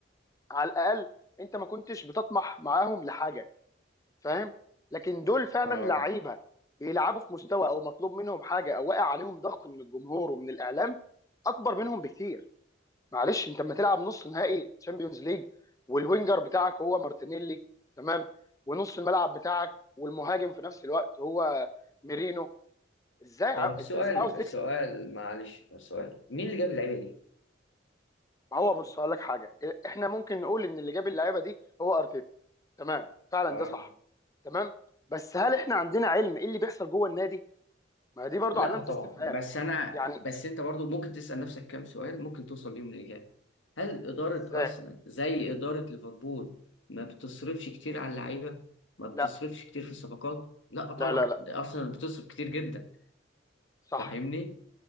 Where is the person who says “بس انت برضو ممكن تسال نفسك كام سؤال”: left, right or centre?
Left